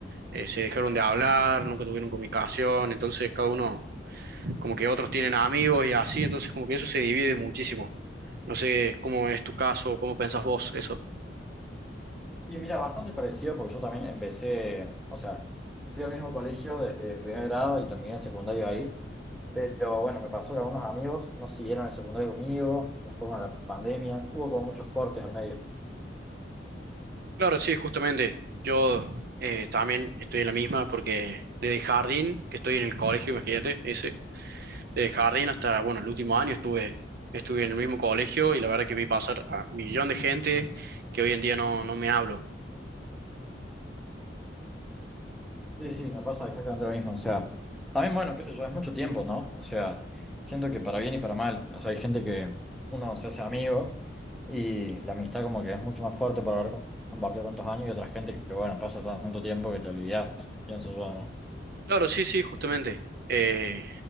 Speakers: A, on the right (about 60°); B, in the centre.
A: eh, se dejaron de hablar, nunca tuvieron comunicación, entonces cada uno, como que otros tienen amigos y así, entonces como que eso se divide muchísimo. No sé cómo es tu caso, cómo pensás vos eso.
B: Y mira, bastante parecido porque yo también empecé, o sea, fui al mismo colegio desde primer grado y terminé el secundario ahí. Pero bueno, me pasó que algunos amigos no siguieron el secundario conmigo, después bueno, la pandemia, hubo como muchos cortes al medio.
A: Claro, sí, justamente. Yo eh, también estoy en la misma porque desde jardín, que estoy en el colegio, imagínate, ese, desde jardín hasta, bueno, el último año estuve, estuve en el mismo colegio y la verdad que vi pasar a un millón de gente que hoy en día no, no me hablo.
B: Sí, sí, me pasa exactamente lo mismo. O sea, también, bueno, qué sé yo, es mucho tiempo, ¿no? O sea, siento que para bien y para mal. O sea, hay gente que uno se hace amigo y la amistad como que es mucho más fuerte por haber compartido tantos años y otra gente que, bueno, pasa tanto tiempo que te olvidás, pienso yo, ¿no?
A: Claro, sí, sí, justamente. Eh,